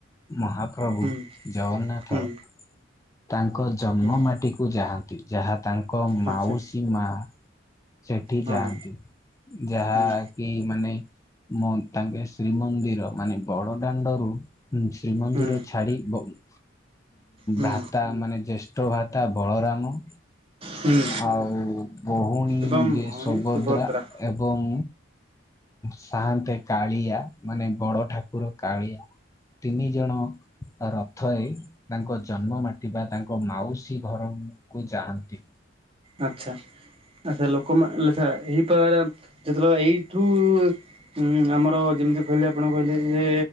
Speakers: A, on the left; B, on the right.
A: ମହାପ୍ରଭୁ
B: ହୁଁ
A: ଜଗନ୍ନାଥ
B: ହୁଁ
A: ତାଙ୍କ ଜନ୍ମ
B: ହୁଁ
A: ମାଟିକୁ ଯାହାନ୍ତି। ଯାହା ତାଙ୍କ
B: ଆଚ୍ଛା
A: ମାଉସୀ ମା ସେଠି
B: ହଁ
A: ଯାଆନ୍ତି। ଯାହାକି
B: ହୁଁ
A: ମା ମାନେ ମ- ତାଙ୍କେ ଶ୍ରୀମନ୍ଦିର ମାନେ ବଡ ଦାଣ୍ଡରୁ ଶ୍ରୀମନ୍ଦିର
B: ହୁଁ
A: ଛାଡି ଭ- ଉଁ,
B: ହୁଁ
A: ଭାତା ମାନେ ଜ୍ଯେଷ୍ଠ ଭା ତା ବଳରାମ
B: ହୁଁ
A: ଆଉ ବହୁଣୀ
B: ଏବଂ
A: ଯେ
B: ଭଉଣୀ
A: ସଭଦ୍ରା
B: ସୁଭଦ୍ରା
A: ଏବଂ ସାଆନ୍ତେ କାଳିଆ, ମାନେ ବଡ ଠାକୁର କାଳିଆ ତିନି ଜଣ ରଥରେ ତାଙ୍କ ଜନ୍ମ ମାଟି ବା ତାଙ୍କ ମାଉସୀ ଘରକୁ ଯାହାନ୍ତି।
B: ଆଚ୍ଛା। ଆଚ୍ଛା ଲୋକମା ଲେଛା ଏହି ପ୍ରକାର କେତେଲୋକ ଏଇଠୁ ହୁଁ, ଆମର ଯେମିତି କହିଲେ ଆପଣ କହିଲେ ଯେ